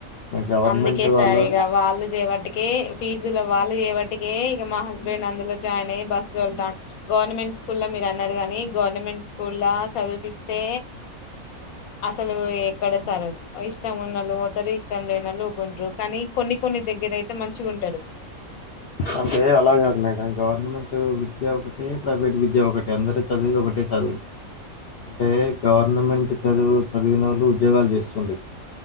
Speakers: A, on the left; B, on the left.
A: మీ గవర్నమెంట్
B: అందుకే
A: వాళ్ళు
B: సార్ ఇక వాళ్ళు చేయబట్టికే ఫీజులో వాళ్ళు చేయబట్టికే మా హస్బెండ్ అందులో జాయిన్ అయ్యి బస్సు తోలుతాండు గవర్నమెంట్ స్కూల్ లో మీరు అన్నరు గని గవర్నమెంట్ స్కూల్ లా చదువు పిస్తే అసలు ఎక్కడ సర్ ఇష్టం ఉన్నోళ్లు పోతరు ఇష్టం లేనోళ్ళ ఊకుంట్రూ కానీ కొన్ని కొన్ని దగ్గర అయితే మంచిగా ఉం
A: అంటే అలాగాదు మేడం గవర్నమెంట్ విద్య ఒకటే ప్రైవేట్ విద్య ఒకటే అందరు చదివిది ఒకటె అవి అంటే గవర్నమెంట్ చదువు చదివినోళ్ళు ఉద్యోగాలు చేస్తుంది ఇప్పుడు